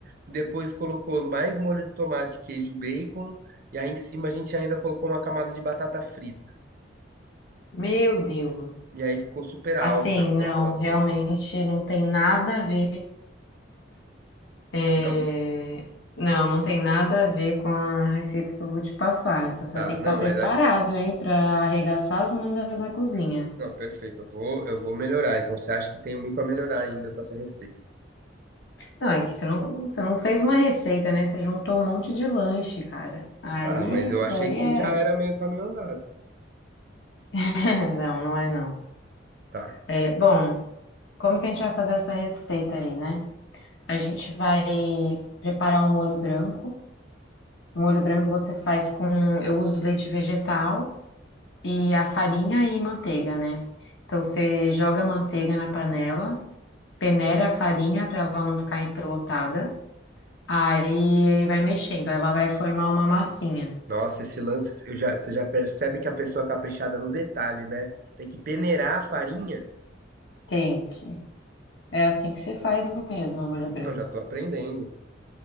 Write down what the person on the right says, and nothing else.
depois colocou mais molho de tomate, queijo, e bacon, e aí em cima a gente ainda colocou uma camada de batata frita.
E aí ficou super alta
a nossa
lasanha.
Não?
Tá,
não,
mas é que as-
não, perfeito. Eu vou, eu vou melhorar. Então você acha que tem muito a melhorar ainda com essa receita?
Ah, mas
eu achei
que
já era meio caminho andado.
Tá.
Nossa, esse lance, eu já, você já percebe que a pessoa é caprichada no detalhe, né? Tem que peneirar a farinha.
Não, já tô aprendendo.